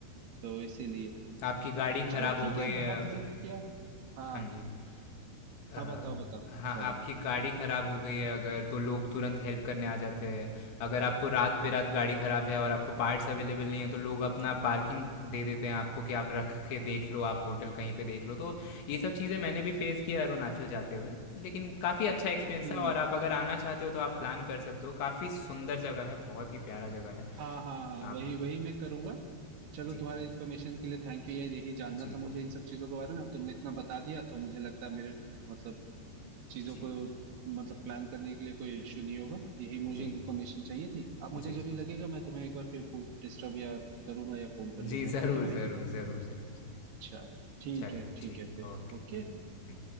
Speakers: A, on the right; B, on the left.
A: तो इसीलिए
B: आपकी गाड़ी
A: चलो
B: खराब
A: ठीक
B: हो गई
A: है
B: है
A: बहुत
B: अगर
A: हेल्प किया हाँ
B: हाँ जी अ,
A: हाँ बताओ बताओ
B: हाँ
A: सॉरी
B: आपकी गाड़ी ख़राब हो गई है अगर तो लोग तुरंत हेल्प करने आ जाते हैं अगर आपको रात बेरात गाड़ी ख़राब है और आपको पार्ट्स अवेलेबल नहीं है तो लोग अपना पार्किंग दे देते हैं आपको कि आप रख के देख लो आप होटल कहीं पे देख लो तो ये सब चीज़ें मैंने भी फेस किया है अरुणाचल जाते हुए लेकिन काफ़ी अच्छा एक्सपीरियंस
A: हम्म
B: था और आप अगर आना चाहते हो तो आप प्लान कर सकते हो काफ़ी सुंदर जगह है बहुत ही प्यारा जगह है
A: हाँ हाँ हाँ
B: आप
A: वही वही मैं करूंगा चलो
B: जी
A: तुम्हारे
B: जी
A: इन्फॉर्मेशन के लिए थैंक यू यार यही जानना
B: जी
A: था मुझे इन सब चीजों के बारे में अब तुमने इतना बता दिया तो मुझे लगता है मेरे मतलब चीजों
B: जी
A: को मतलब प्लान करने के लिए कोई इश्यू नहीं होगा यही मुझे
B: जी
A: इन्फॉर्मेशन चाहिए थी अब मुझे
B: जी
A: जब
B: जी
A: भी लगेगा मैं तुम्हें एक बार फिर डिस्टर्ब या करूंगा या फोन कर लूंगा
B: जी ज़रूर
A: ठीक है भाई
B: ज़रूर ज़रूर ज़रूर ज़रूर
A: चलो ठीक
B: चलिए
A: है ठीक
B: ठीक
A: है
B: है
A: फिर
B: ओके
A: ओके
B: ओके हम्म, हम्म।